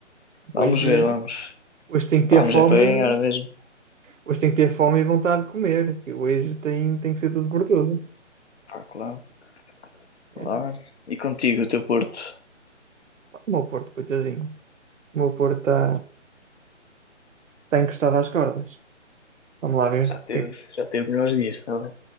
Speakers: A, on the left; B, on the right.
A: Vamos
B: Hoje,
A: ver,
B: eh,
A: vamos.
B: hoje tem que ter
A: Pá, Vamos
B: fome,
A: é para ganhar mesmo.
B: hoje tem que ter fome e vontade de comer, que hoje tem, tem que ser tudo por tudo.
A: Pá, claro,
B: É,
A: claro. E contigo, o teu Porto.
B: o meu Porto, coitadinho. O meu Porto está está encostado às cordas. Vamos lá ver
A: Já teve,
B: o que é
A: já teve melhores dias, está bem?